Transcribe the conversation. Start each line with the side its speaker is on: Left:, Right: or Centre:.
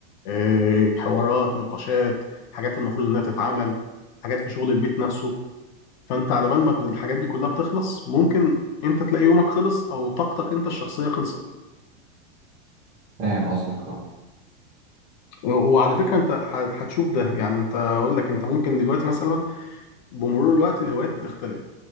Left: آه، حوارات نقاشات حاجات المفروض انها تتعمل حاجات في شغل البيت نفسه فانت على بال ما الحاجات دي كلها بتخلص ممكن انت تلاقي يومك خلص او طاقتك انت الشخصيه خلصت
Right: فاهم قصدك اه
Left: وعلى فكره انت ه- هتشوف ده يعني انت اقول لك انت ممكن دلوقتي مثلا بمرور الوقت الهوايات بتختلف